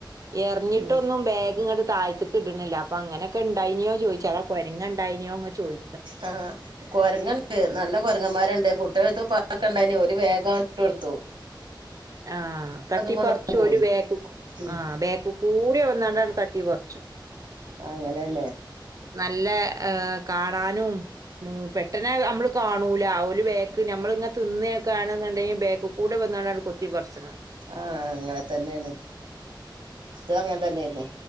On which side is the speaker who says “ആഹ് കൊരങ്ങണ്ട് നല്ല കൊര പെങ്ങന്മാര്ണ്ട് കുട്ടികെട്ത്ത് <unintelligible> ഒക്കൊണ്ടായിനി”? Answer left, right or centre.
Right